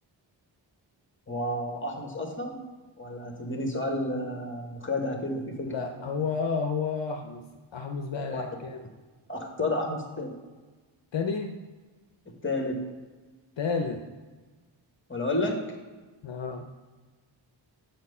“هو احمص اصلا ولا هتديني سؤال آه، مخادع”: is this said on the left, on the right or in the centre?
Left